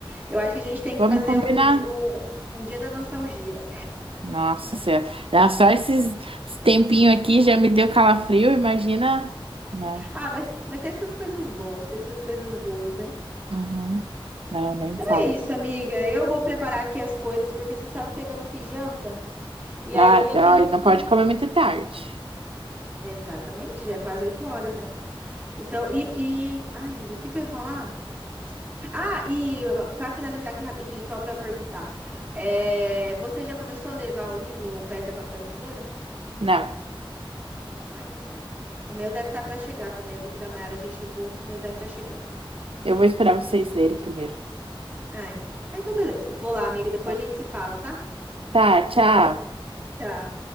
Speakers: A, on the right; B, on the right.
A: Eu acho que a gente tem
B: Vamos
A: que fazer
B: combinar.
A: um, di- um, um dia da nostalgia.
B: Nossa Senhora. Dá Só esses esse tempinho aqui já me deu calafrio, imagina. Não.
A: Ah, mas, mas teve essas coisas boas, teve essas coisas boas, né?
B: Uhum. Não, nem
A: Então
B: me fala.
A: é isso, amiga. Eu vou preparar aqui as coisas, porque você sabe que eu ainda não fiz janta. E
B: Ah,
A: aí eu
B: olha,
A: tenho
B: não
A: que.
B: pode comer muito tarde.
A: Exatamente, já é quase 8 horas, né? Então, e, e- Ai, meu Deus, o que que eu ia falar? Ah, e para finalizar aqui rapidinho, só para perguntar. é, Você já começou a ler lá o livro o Pedra, Papel e Tesoura?
B: Não.
A: Ah, então tá. O meu deve estar para chegar também. Eu vi que o da Mayara já chegou. O meu deve estar chegando.
B: Eu vou esperar vocês lerem primeiro.
A: Ai. Ah, então beleza. Vou lá, amiga. Depois
B: Tá,
A: a gente se fala, tá?
B: Tá, tchau.
A: Tchau.